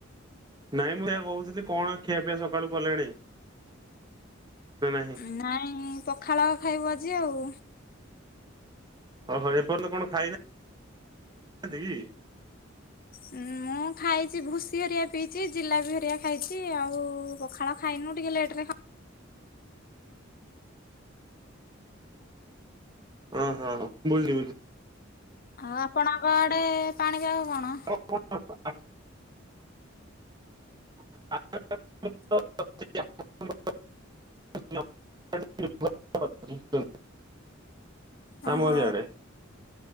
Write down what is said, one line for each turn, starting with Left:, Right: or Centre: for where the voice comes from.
Right: ନାଇଁ ମୁଁ ଏହା କହୁଥିଲି କଣ ଖିଆ ପିଆ ସକାଳୁ କଲେଣି ନା ନାହିଁ।
Left: ନାଇଁ ପଖାଳ ଖାଇବୁ ଆଜି ଆଉ।
Right: ଓହୋ ଏପର୍ଯ୍ୟନ୍ତ କଣ ଖାଇନାହାନ୍ତି କି।
Left: ମୁଁ। ମୁଁ ଖାଇଛି ଭୁସି ହରିଆ ପିଇଛି ଜିଲାପି ହରିଆ ଖାଇଛି ଆଉ ପଖାଳ ଖାଇନୁ ଟିକେ ଲେଟରେ ଖାଉ
Right: ଓ ହୋ ବୁଝିଲି ବୁଝିଲି।
Left: ଆଉ ଆପଣଙ୍କ ଆଡେ ପାଣି ପାଗ କଣ?
Right: <unintelligible> <unintelligible> <unintelligible> <unintelligible>
Left: ଓହୋ
Right: ଆମ ବି ଆଡେ